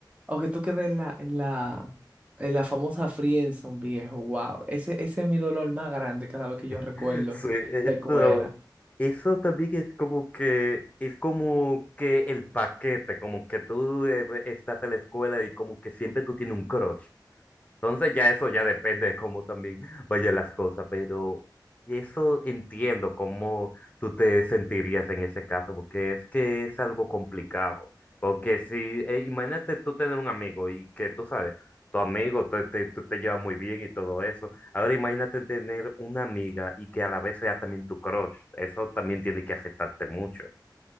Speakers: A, on the right; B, on the left.
A: O que tú quedes en la, en la, en la famosa friendzone, viejo. ¡Wow! Ese, ese es mi dolor más grande cada vez que yo recuerdo
B: <laughs> Sí, eso,
A: la escuela.
B: eso también es como que, es como que el paquete, como que tú eh, estás en la escuela y como que siempre tú tienes un crush, Entonces ya eso ya depende de cómo también vayan las cosas, pero eso entiendo cómo tú te sentirías en ese caso, porque es que es algo complicado. Porque si, eh, imagínate tú tener un amigo y que tú sabes, tu amigo te, te, tú te llevas muy bien y todo eso. Ahora imagínate tener una amiga y que a la vez sea también tu crush. Eso también tiene que afectarte mucho.